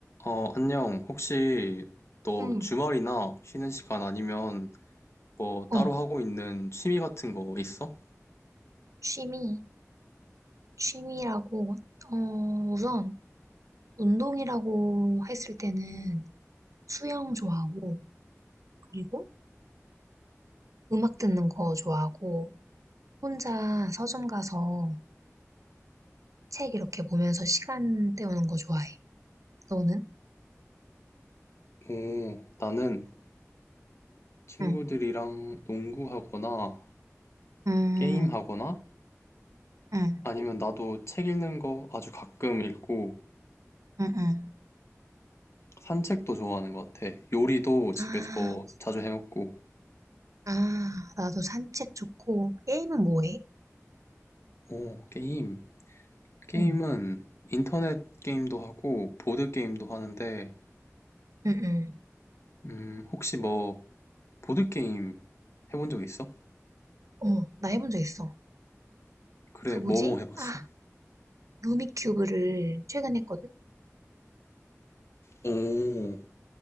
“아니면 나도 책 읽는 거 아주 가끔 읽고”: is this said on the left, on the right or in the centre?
Left